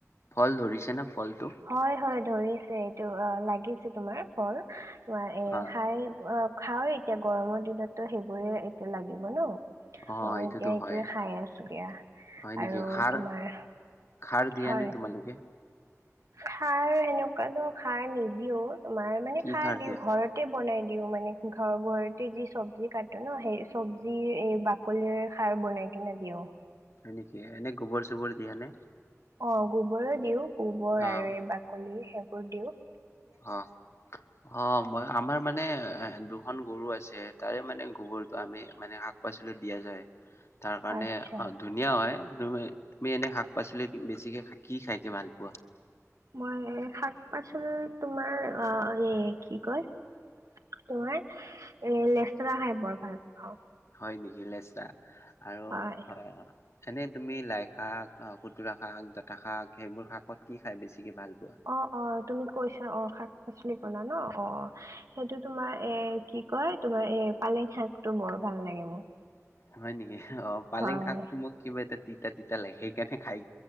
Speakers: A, on the left (about 55°); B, on the right (about 75°).
A: ফল ধৰিছে না ফলটো।
B: হয় হয় ধৰি আছে এইটো অ লাগিছে তোমাৰ ফল তোমাৰ এ
A: অ',
B: খাই অ। খা এতিয়া গৰমৰ দিনততো সেইবোৰে এতিয়া লাগিব ন।
A: অ',
B: ত
A: এইটোতো
B: এতিয়া সেইটোৱে
A: হয়।
B: খাই আছো দিয়া
A: হয় নেকি?
B: আৰু
A: খাৰ
B: তোমাৰ।
A: খাৰ দিয়া
B: হয়
A: নে তোমালোকে?
B: সাৰ সেনেকুৱাটো খাৰ নিদিও। তোমাৰ মানে
A: কি
B: খাৰ দিওঁ
A: দিয়া?
B: ঘৰতে বনাই দিও মানে ঘ ঘৰতে যি চব্জি কাটো ন সেই। চব্জিৰ এই বাকলিৰ খাৰ বনাই কিনে দিওঁ।
A: হয় নেকি? এনে গোবৰ চোবৰ দিয়া নে?
B: অ' গোবৰো দিও গোবৰ
A: অ',
B: আৰু এই বাকলি সেইবোৰ দিও।
A: অ, অ, মই আমাৰ মানে এ দুখন গৰু আছে। তাৰে মানে গোবৰটো আমি মানে শাক পাচলি দিয়া যায়। তাৰ কাৰণে
B: আচ্ছা
A: ধুনীয়া হয়। তুমি এনে শাক-পাচলি বেছিকে কি খাইকে ভাল পোৱা?
B: মই শাক-পাচলিৰ তোমাৰ এই কি কয়? তোমাৰ এ লেচা খাই বৰ ভাল পাওঁ।
A: হয় নেকি, লেচা আৰু
B: হয়
A: অ' এনে তুমি লাই-শাক খুতুৰা শাক জঠা শাক সেইবোৰ শাকত কি খাই বেছি ভাল পোৱা?
B: অ অ তুমি কৈছা অ' শাক-পাচলি কলা ন অ' সেইটো তোমাৰ এ, কি কয়, তোমাৰ এ পালেং শাকতটো বৰ ভাল লাগে মোক।
A: হয় নেকি? অ' পালেং
B: হয়
A: শাক মোক কিবা এটা তিতা-তিতা লাগে সেইকাৰণে খাই।